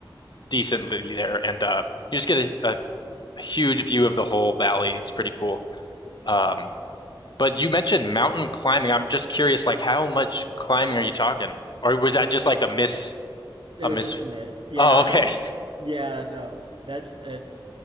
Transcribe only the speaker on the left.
decently there, and uh, you just get a, a huge view of the whole valley. It's pretty cool. Um, but you mentioned mountain climbing. I'm just curious, like how much climbing are you talking, or was that just like a miss
a
miss?
Oh, okay.